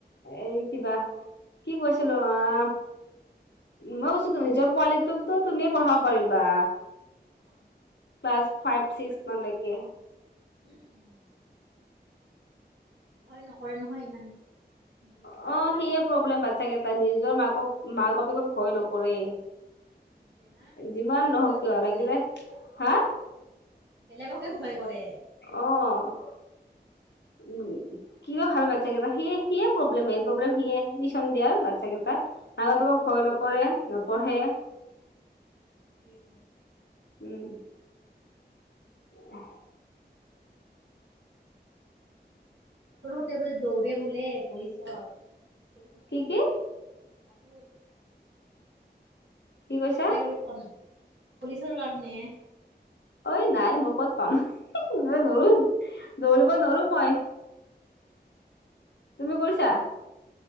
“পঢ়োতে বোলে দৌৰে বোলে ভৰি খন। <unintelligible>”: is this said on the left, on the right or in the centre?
Right